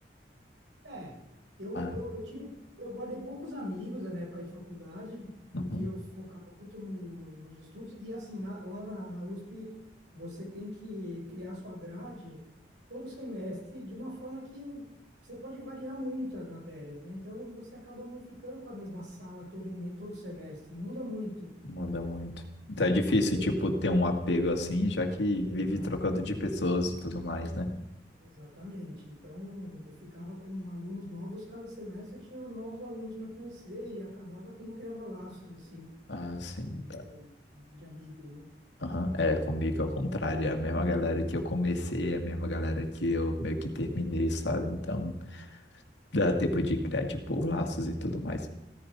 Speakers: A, on the right; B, on the left.
A: É, eu,
B: Ah,
A: eu, eu tive, eu guardei poucos amigos na minha época de faculdade,
B: uhum,
A: porque eu focava muito no, nos estudos, e assim, na- lá na, na USP, você tem que criar sua grade todo semestre, de uma forma que o- você pode variar muito as matérias, né? Então, você acaba não ficando com a mesma sala todo, me- todo semestre, muda muito,
B: muda muito. Então
A: então
B: é
A: dificulta
B: difícil, tipo,
A: de você.
B: ter um apego assim, já que vive
A: Exatamente.
B: trocando de pessoas e tudo mais, né?
A: Exatamente. Então, eu ficava com alunos novos, cada semestre eu tinha novos alunos para conhecer e acabava que eu não criava laços assim
B: Ah, sim,
A: de
B: tá.
A: de amigos, né?
B: Aham, É, comigo é o contrário, é a mesma galera que eu comecei, é a mesma galera que eu meio que terminei, sabe? Então, dá tempo de criar, tipo, laços e tudo mais.